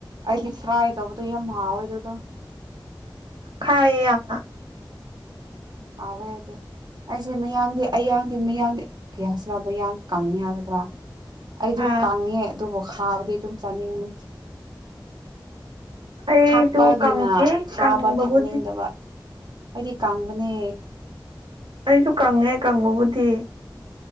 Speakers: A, on the right (about 55°); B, on the right (about 90°).
A: ꯑꯩꯗꯤ ꯐ꯭ꯔꯥꯏ ꯇꯧꯕꯗꯣ ꯌꯥꯝ ꯍꯥꯎꯋꯦ ꯑꯗꯨꯗꯣ
B: ꯈꯥꯏꯌꯦ ꯌꯥꯝꯝꯅ
A: ꯑꯋꯣꯏ ꯌꯥꯗꯤꯦ ꯑꯩꯁꯦ ꯃꯌꯥꯡꯗꯤ ꯑꯌꯥꯡꯗꯤ ꯃꯌꯥꯡꯗꯤ ꯀ ꯍꯥꯏꯁꯤ꯭ꯔꯥ ꯃꯌꯥꯡ ꯀꯪꯅꯤ ꯍꯥꯏꯒꯗ꯭ꯔꯥ ꯑꯩꯁꯨ
B: ꯑꯥ
A: ꯀꯪꯉꯦ ꯑꯗꯨꯕꯨ ꯍꯥꯥꯕꯗꯤ ꯑꯗꯨꯝ ꯆꯥꯅꯤꯡꯉꯤ
B: ꯑꯩꯁꯨ
A: ꯊꯥꯛꯄꯒꯤꯅ
B: ꯀꯪꯉꯦ
A: ꯈꯥꯕ
B: ꯀꯪꯕꯕꯨꯗꯤ
A: ꯊꯛꯅꯤꯡꯗꯕ ꯑꯩꯗꯤ ꯀꯪꯕꯅꯦ
B: ꯑꯩꯁꯨ ꯀꯪꯉꯦ ꯀꯪꯕꯕꯨꯗꯤ